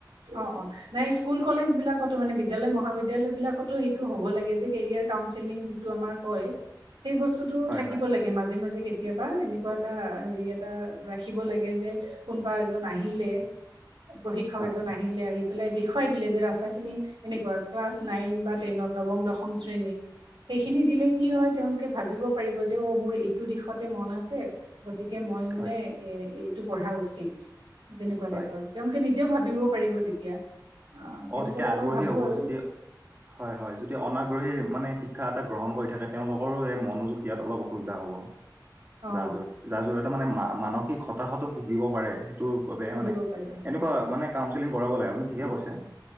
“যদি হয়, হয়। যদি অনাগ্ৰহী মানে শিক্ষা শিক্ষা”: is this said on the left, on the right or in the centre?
Right